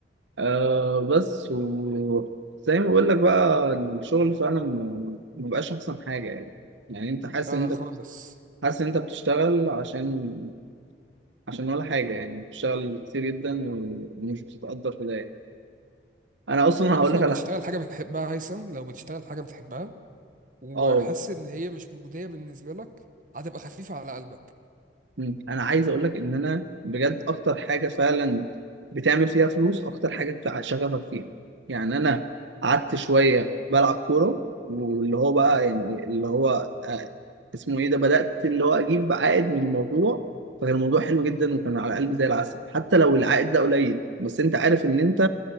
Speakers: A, on the right; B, on the right.
A: آه بس وزي ما بقول لك بقى الشغل فعلا ما ما بقاش احسن حاجة يعني يعني انت حاسس
B: لا
A: ان
B: لا خالص
A: انت حاسس ان انت بتشتغل عشان عشان ولا حاجة يعني بتشتغل كتير جدا و- ومش بتتقدر في ده يعني انا اصلا
B: عارف
A: هقول لك
B: لو
A: على
B: بتشتغل حاجة بتحبها هيثم لو بتشتغل حاجة بتحبها وحاسس
A: اه
B: إن هي مش مجدية بالنسبة لك هتبقى خفيفة على قلبك
A: مم. انا عايز اقول لك ان انا بجد اكتر حاجه فعلا بتعمل فيها فلوس اكتر حاجه بتاع- شغفك فيها يعني انا قعدت شويه بلعب كوره واللي هو بقى يعني اللي هو آه، اسمه ايه ده بدات اللي هو اجيب عائد من الموضوع فكان الموضوع حلو جدا وكان على قلبي زي العسل حتى لو العائد ده قليل بس انت عارف ان انت